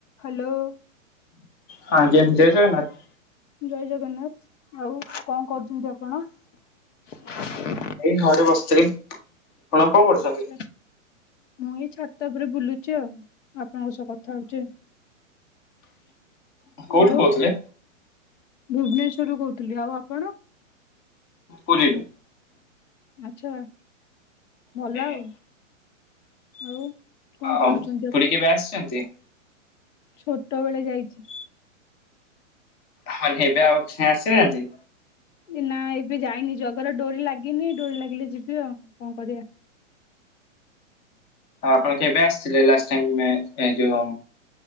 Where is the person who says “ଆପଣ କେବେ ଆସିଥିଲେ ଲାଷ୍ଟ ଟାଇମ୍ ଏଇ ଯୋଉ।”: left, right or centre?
Left